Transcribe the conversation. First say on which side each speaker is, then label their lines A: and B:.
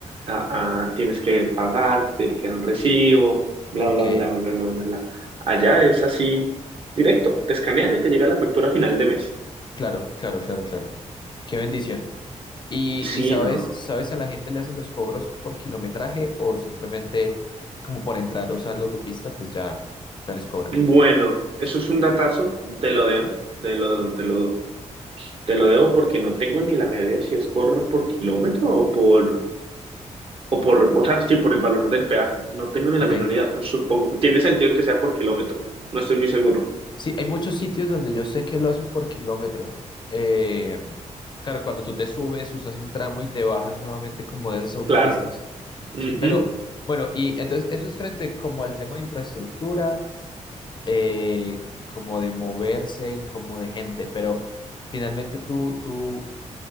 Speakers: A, on the right; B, on the left.
A: a- a- tienes que pagar, te tiene que dar un recibo, bla,
B: ok.
A: bla, bla, bla, bla, bla, bla. Allá es así, directo, te escanean y te llega la factura a final de mes.
B: Claro, claro, claro, claro. Qué bendición. Y,
A: Sí,
B: y sabes,
A: ¿no?
B: sabes si a la gente le hacen los cobros por kilometraje o simplemente como por entrar a usar la autopista, pues ya, ya les cobran.
A: Bueno, eso es un datazo, te lo debo, te lo, te lo, te lo debo porque no tengo ni la medida si es por, por kilómetro o por, o por, o sea, sí, por el valor del peaje. No tengo ni
B: Ok.
A: la menor idea, pero supongo, tiene sentido que sea por kilómetro. No estoy muy seguro.
B: Sí, hay muchos sitios donde yo sé que lo hacen por kilómetro. Eh, claro, cuando tú te subes, usas un tramo y te bajas nuevamente como de esas autopistas.
A: Claro. Ujú.
B: Sí, pero bueno, y entonces eso es frente como al tema de infraestructura, eh, como de moverse y como de gente, pero finalmente tú, tú,